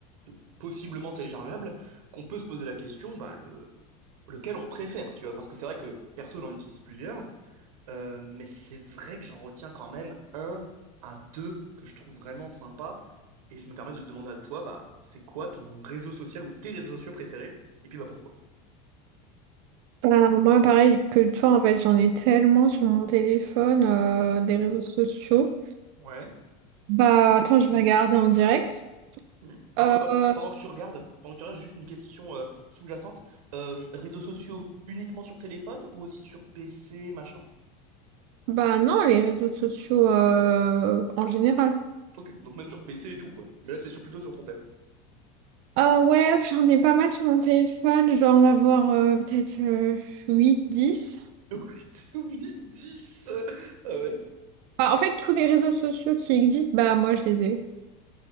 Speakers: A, on the right; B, on the right.
A: de possiblement téléchargeables qu'on peut se poser la question, bah, le, lequel on préfère, tu vois. Parce que c'est vrai que, perso, j'en utilise plusieurs, euh, mais c'est vrai que j'en retiens quand même un à deux que je trouve vraiment sympa. Et je me permets de te demander à toi, bah, c'est quoi ton réseau social ou tes réseaux sociaux préférés? Et puis, bah, pourquoi?
B: Euh, moi, pareil que toi, en fait, j'en ai tellement sur mon téléphone, euh, des réseaux sociaux.
A: Ouais.
B: Bah, attends, je vais regarder en direct.
A: Mm. Alors,
B: Euh,
A: euh, pendant que tu regardes, pendant que tu regardes, j'ai juste une question euh, sous-jacente. Euh, réseaux sociaux uniquement sur téléphone ou aussi sur PC, machin?
B: bah non, les réseaux sociaux euh, en général.
A: Ok, donc même sur PC et tout, quoi. Mais là, t'es sur, plutôt sur ton tel.
B: Ah ouais, j'en ai pas mal sur mon téléphone. Je dois en avoir euh, peut-être euh, huit dix
A: <laughs> 8-10! Ah ouais?
B: Bah, en fait, tous les réseaux sociaux qui existent, bah moi, je les ai.